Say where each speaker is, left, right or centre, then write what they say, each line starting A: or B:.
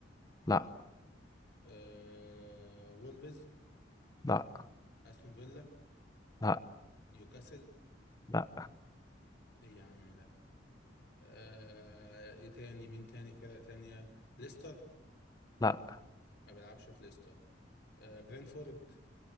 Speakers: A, on the left (about 20°); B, on the left (about 60°).
A: لا
B: آه وولفز
A: لا
B: استون فيلا
A: لا
B: نيوكاسل
A: لا
B: ايه يا عم ده آه ايه تاني مين تاني فرقه تانيه ليستر
A: لا
B: ما بيلعبش في ليستر آه برينفورد